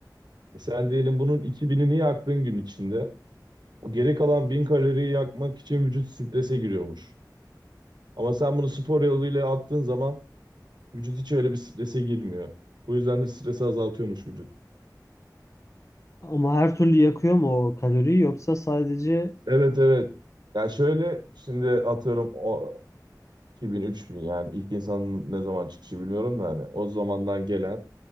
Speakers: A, on the right (about 80°); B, on the left (about 45°).
A: E sen diyelim bunun 2000'ini yaktığın gün içinde. O geri kalan 1000 kaloriyi yakmak için vücut strese giriyormuş. Ama sen bunu spor yoluyla attığın zaman vücut hiç öyle bir strese girmiyor. Bu yüzden de stresi azaltıyormuş vücut.
B: ama her türlü yakıyor mu o kaloriyi yoksa sadece
A: Evet evet. Ya şöyle şimdi atıyorum o 2000 3000 yani ilk insanın ne zaman çıkışı biliyorum da hani o zamandan gelen